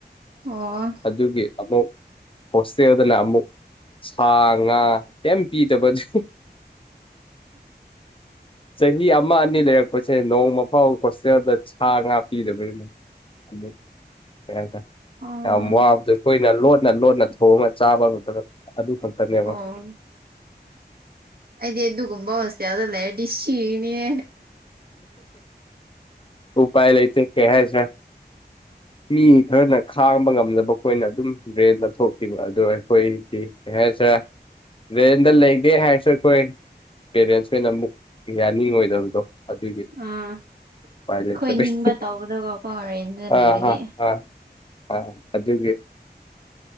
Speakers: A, on the right (about 60°); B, on the left (about 30°).
A: ꯑꯣꯑꯣ
B: ꯑꯗꯨꯒꯤ ꯑꯃꯨꯛ ꯍꯣꯁꯇꯦꯜꯗꯅ ꯑꯃꯨꯛ ꯁꯥ- ꯉꯥ ꯀꯩꯝ ꯄꯤꯗꯕ ꯗꯤ ꯆꯍꯤ ꯑꯃ ꯑꯅꯤ ꯂꯩꯔꯛꯄꯁꯦ ꯅꯣꯡꯃ ꯐꯥꯎ ꯍꯣꯁꯇꯦꯜꯗ ꯁꯥ-ꯉꯥ ꯄꯤꯗꯕꯅꯤꯅꯦ ꯑꯃꯨꯛ ꯀꯩ ꯍꯥꯏ ꯇꯥꯏ
A: ꯑꯣ
B: ꯌꯥꯝ ꯋꯥꯕꯗꯣ ꯑꯩꯈꯣꯏꯅ ꯂꯣꯠꯅ ꯂꯣꯠꯅ ꯊꯣꯡꯉꯒ ꯆꯥꯕ ꯃꯇꯝ ꯑꯗꯨ ꯈꯛꯇꯅꯦꯕ
A: ꯑꯣ ꯑꯩꯗꯤ ꯑꯗꯨꯒꯨꯝꯕ ꯍꯣꯁꯇꯦꯜꯗ ꯂꯩꯔꯗꯤ ꯁꯤꯒꯅꯤꯍꯦ
B: ꯎꯄꯥꯏ ꯂꯩꯇꯦ ꯀꯔꯤ ꯍꯥꯏꯁꯤꯔ ꯃꯤ ꯈꯔꯅ ꯈꯥꯡꯕ ꯉꯝꯗꯕ ꯑꯩꯈꯣꯏꯅ ꯑꯗꯨꯝ ꯚꯦꯟꯗ ꯊꯣꯛꯄꯤꯅꯦ ꯑꯗꯣ ꯑꯩꯈꯣꯏꯗꯤ ꯀꯔꯤ ꯍꯥꯏꯁꯤꯔ ꯔꯦꯟꯗ ꯂꯩꯒꯦ ꯍꯥꯏꯔꯁꯨ ꯑꯩꯈꯣꯏ ꯄꯦꯔꯦꯟꯁꯈꯩꯅ ꯑꯃꯨꯛ ꯌꯥꯅꯤꯡꯉꯣꯏꯗꯕꯗꯣ ꯑꯗꯨꯒꯤ
A: ꯑꯥ
B: ꯎꯄꯥꯏ
A: ꯑꯩꯈꯣꯏ
B: ꯂꯩꯇꯕꯩ
A: ꯅꯤꯡꯕ ꯇꯧꯕꯗꯒꯀꯣ ꯔꯦꯟꯗ ꯂꯩꯔꯗꯤ
B: ꯑꯥ ꯍꯥ ꯍꯥ ꯑꯥ ꯑꯗꯨꯒꯤ